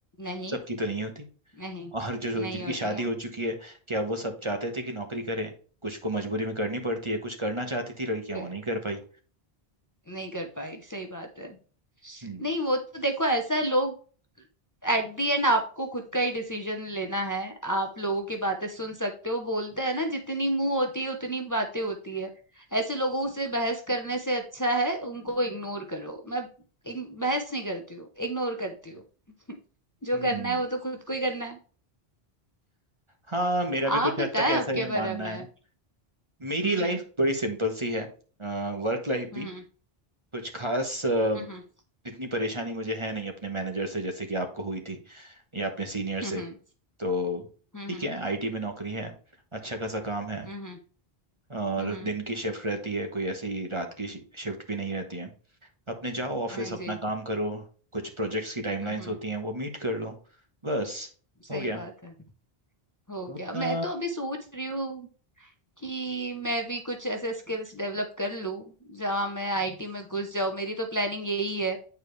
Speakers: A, on the left; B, on the right.
A: नहीं,
B: सबकी तो नहीं होती
A: नहीं,
B: और जो जो-
A: नहीं
B: जिनकी
A: होती
B: शादी
A: है।
B: हो चुकी है क्या वो सब चाहते थे कि नौकरी करें कुछ को मजबूरी में करनी पड़ती है कुछ करना चाहती थी लड़कियां
A: क
B: वो नहीं कर पाई
A: नहीं कर पाई, सही बात है।
B: हम्म
A: नहीं वो तो देखो ऐसा है लोग एट द एंड आपको खुद का ही डिसीजन लेना है। आप लोगों की बातें सुन सकते हो, बोलते हैं ना जितनी मुँह होती है उतनी बातें होती है। ऐसे लोगों से बहस करने से अच्छा है उनको इग्नोर करो। मैं इग बहस नहीं करती हूँ, इग्नोर करती हूँ। <laughs> जो
B: हम्म
A: करना है वो तो खुद को ही करना है।
B: हाँ मेरा भी
A: आप
B: कुछ हद
A: बताएं
B: तक ऐसा
A: आपके
B: ही मानना
A: बारे में
B: है मेरी
A: हम्म
B: लाइफ बड़ी सिंपल सी है वर्क लाइफ
A: हम्म
B: भी कुछ खास अ,
A: हम्म
B: इतनी परेशानी मुझे है नहीं अपने मैनेजर से जैसे कि आपको हुई थी या अपने सीनियर
A: हम्म
B: से तो
A: हम्म
B: ठीक है आईटी में नौकरी है अच्छा खासा काम है
A: हम्म
B: और
A: हम्म
B: दिन की शिफ्ट रहती है कोई ऐसी रात की शिफ्ट भी नहीं रहती है अपने जाओ ऑफिस
A: हाँ
B: अपना
A: जी
B: काम करो कुछ प्रोजेक्ट्स की टाइमलाइंस
A: हम्म
B: होती हैं वो मीट कर लो बस
A: सही
B: हो गया
A: बात है हो
B: तो उतना
A: गया मैं तो अभी सोच रही हूँ कि मैं भी कुछ ऐसे स्किल्स डेवलप कर लूँ जहाँ मैं आईटी में घुस जाऊँ मेरी तो प्लानिंग यही है